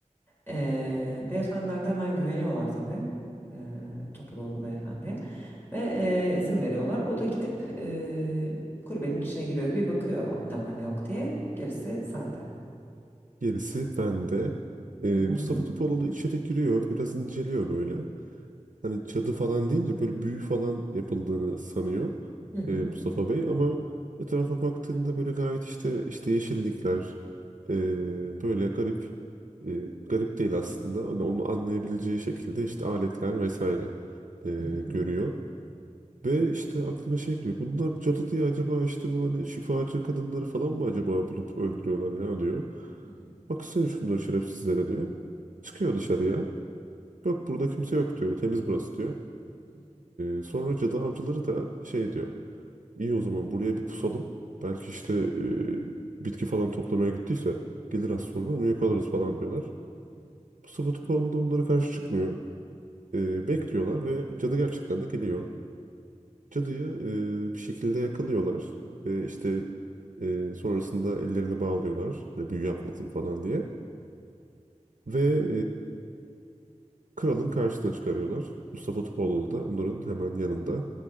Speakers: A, on the left (about 15°); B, on the right (about 85°).
A: Eee beyefendiler de hemen güveniyorlar tabii. Eee Topaloğlu beyefendiye. Ve e, izin veriyorlar. O da gidip e, kulübenin içine giriyor. Bir bakıyor ne var ne yok diye. Gerisi sende.
B: Gerisi bende. Ee,
A: Hı hı.
B: Mustafa Topaloğlu içeri giriyor. Biraz inceliyor böyle. hani cadı falan deyince böyle büyü falan yapıldığını sanıyor
A: Hı hı.
B: e, Mustafa Bey ama etrafa baktığında böyle gayet işte işte yeşillikler e, böyle garip e, garip değil aslında hani onu anlayabileceği şekilde işte aletler vesaire e,
A: Hı hı.
B: görüyor. Ve işte aklına şey geliyor. Bunlar cadı diye acaba işte bu hani şifacı kadınları falan mı acaba bulup öldürüyorlar ya diyor.
A: Hı hı. Hı
B: Baksana şunları şerefsizlere diyor. Çıkıyor dışarıya. Yok burada kimse yok diyor. Temiz burası diyor.
A: hı.
B: Ee, sonra cadı avcıları da şey diyor. İyi o zaman buraya bir pusalım. Belki işte e, bitki falan toplamaya gittiyse gelir
A: Hı
B: az sonra onu yakalarız falan diyorlar.
A: hı.
B: Mustafa Topaloğlu da onlara karşı çıkmıyor. Ee, bekliyorlar ve cadı gerçekten de geliyor. Cadıyı e, bir şekilde yakalıyorlar. Ve işte e, sonrasında ellerini bağlıyorlar. E, büyü yapmasın falan diye. Ve Kralın karşısına çıkarıyorlar. Mustafa Topaloğlu da onların hemen yanında